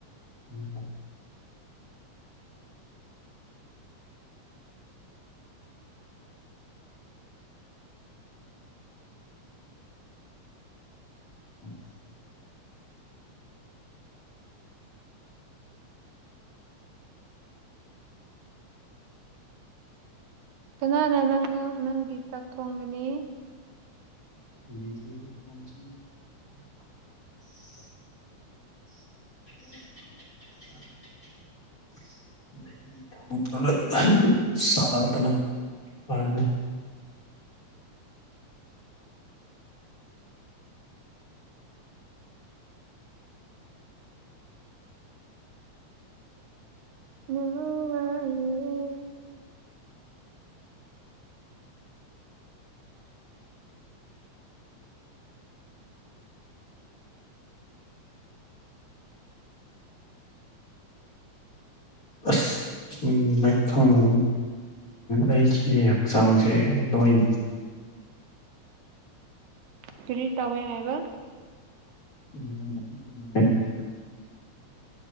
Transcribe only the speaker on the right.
ꯇꯨꯅꯥꯅ ꯅꯪ ꯅꯪꯒꯤ ꯆꯥꯛ ꯊꯣꯡꯒꯅꯤ
<unintelligible>
ꯀꯔꯤ ꯇꯧꯋꯦ ꯍꯥꯏꯕ